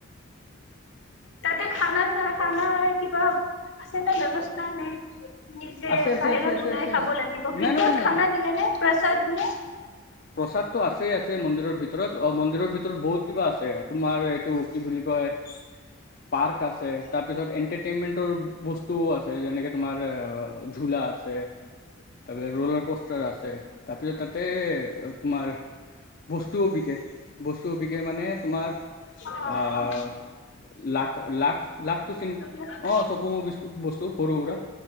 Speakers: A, on the left; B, on the left.
A: তাতে খানা চা খানা কিবা আছে নে ব্যৱস্থা নে নি যেে
B: আছে আছে
A: বাহিৰত
B: আছে আছে
A: ওলাই
B: আছে
A: খাব লাগিব ভিতৰত
B: নাই নাই নাই
A: খানা দিয়ে নে প্ৰসাদ দিয়ে
B: প্ৰসাদতটো আছেই আছে মন্দিৰৰ ভিতৰত অ মন্দিৰৰ ভিতৰত বহুত কিবা আছে তোমাৰ এইটো কি বুলি কয় পাৰ্ক আছে তাৰপিছত এন্টাৰটেইনমেন্টৰ বস্তুও আছে ছ যেনেকৈ তোমাৰ ঝুুলা ছে তাৰপিছত ৰলাৰ কষ্টাৰ আছে তাৰপিছত তাতে তোমাৰ বস্তুও বিকে বস্তুও বিকে মানে তোমাৰ
A: অ
B: আহ
A: অ
B: লাখ লাখ লাখটোো চিন
A: বিলাক
B: অ চকু বস্তু সৰু সুৰা